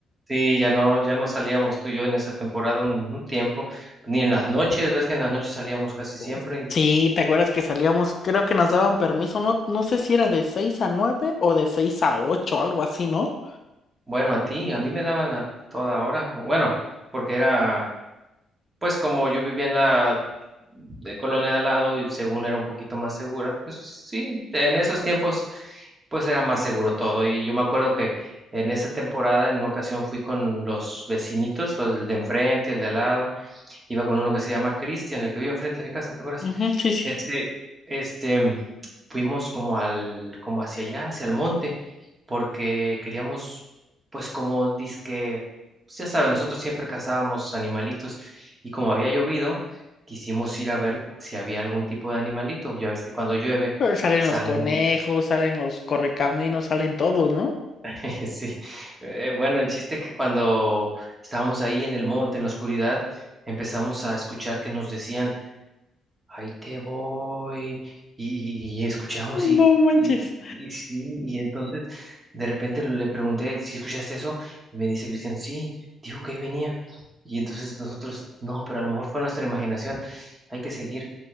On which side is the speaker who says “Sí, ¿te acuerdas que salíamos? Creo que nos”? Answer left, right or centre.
Left